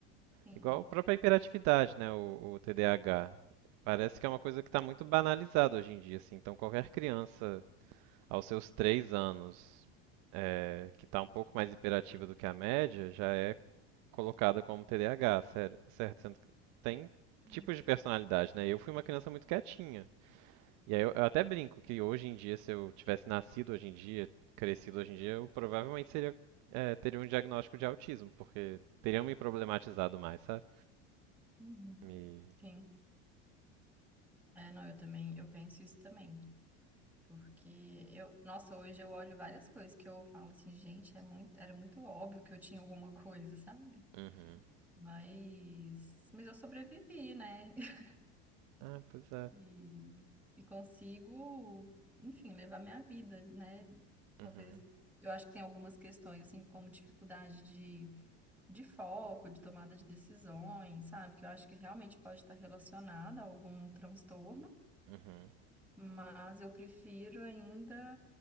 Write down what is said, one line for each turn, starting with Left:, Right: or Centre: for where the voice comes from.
Centre: Sim,
Right: igual a própria hiperatividade, né? O, o TDAH. Parece que é uma coisa que está muito banalizada hoje em dia, assim. Então, qualquer criança aos seus três anos é, que está um pouco mais hiperativa do que a média já é colocada como TDAH, sério- certo? Sendo que tem
Centre: sim.
Right: tipos de personalidade, né? Eu fui uma criança muito quietinha. E aí eu, eu até brinco que hoje em dia, se eu tivesse nascido hoje em dia, crescido hoje em dia, eu provavelmente seria, eh, teria um diagnóstico de autismo, porque teriam me problematizado mais, sabe?
Centre: Uhum.
Right: Me.
Centre: Sim. É, não, eu também, eu penso isso também. Porque eu, nossa, hoje eu olho várias coisas que eu falo assim, gente, é muito, era muito óbvio que eu tinha alguma coisa, sabe?
Right: Uhum.
Centre: Mas, mas eu sobrevivi, né? <laughs>
Right: Ah, pois é.
Centre: E, e consigo, enfim, levar minha vida, né? Talvez,
Right: Uhum.
Centre: eu acho que tem algumas questões, assim, como dificuldade de, de foco, de tomada de decisões, sabe? Que eu acho que realmente pode estar relacionada a algum transtorno,
Right: Uhum.
Centre: mas eu prefiro ainda